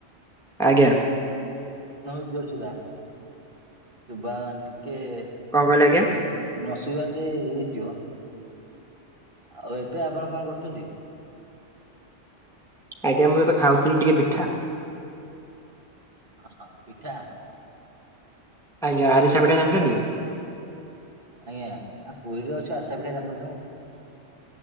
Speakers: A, in the centre; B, on the right.
A: ଆଜ୍ଞା।
B: <unintelligible> ନସୋଇବା ଟେ
A: କଣ କହିଲେ ଆଜ୍ଞା
B: ଇଏ ହେଇଯିବ। ଆଉ ଏବେ ଆପଣ କଣ କରୁଛନ୍ତି?
A: ଆଜ୍ଞା ମୁଁ ଏବେ ଖାଉଥିଲି ଟିକେ ପିଠା।
B: ହ ପିଠା।
A: ଆଜ୍ଞା ଆରିସା
B: ଓହୋ।
A: ପଠା ଜାଣିଛନ୍ତି।
B: ଆଜ୍ଞା ଆ ପୁରୀରେ ଅଛୁ ଆରସା ପିଠା ଜାନନଥିବୁ।